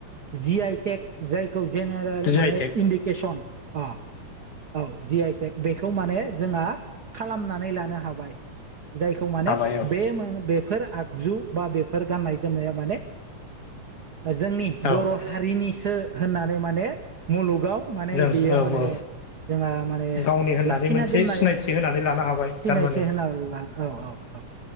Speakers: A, on the right; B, on the left.
A: जि आइ टेग जाय खौ जेनेरेल
B: जि
A: माने
B: आइ टेक
A: इण्डिकेसन अ औ जि आइ टेग बेखौ माने जोंहा खालामनानै लानो हाबाय जायखौ माने
B: हाबाय औ
A: बे मोन बे बेफोर आगजु बा बेफोर गाननाय जोमनाया माने जोंनि
B: औ
A: बर' हारिनिसो होननानै माने मुलुगाव माने
B: जों
A: बेयो
B: औ
A: माने
B: औ
A: जोंहा माने
B: गावनि होननानै
A: लाखिना
B: मोनसे
A: दोननाय
B: सिनायथि होनानै लानो हाबाय
A: सिनायथि
B: थारमाने
A: होनना ला औ औ औ